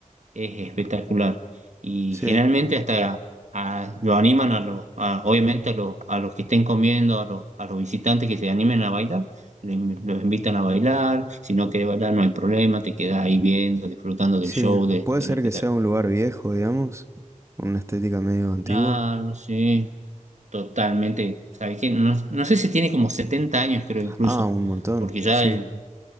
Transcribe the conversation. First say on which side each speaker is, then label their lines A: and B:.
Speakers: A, on the right; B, on the right.
A: es espectacular. Y
B: sí,
A: generalmente hasta a- lo animan a los, a- obviamente a los, a los que estén comiendo, a los, a los visitantes que se animen a bailar, lo in- los invitan a bailar. Si no querés bailar, no hay problema, te quedas ahí viendo, disfrutando del
B: sí.
A: show, de-
B: Puede
A: del
B: ser
A: espectáculo.
B: que sea un lugar viejo, digamos, con una estética medio antigua.
A: Claro, sí. Totalmente, ¿sabes qué? No, no sé si tiene como 70 años, creo incluso,
B: Ah, un montón,
A: porque ya
B: sí.
A: el,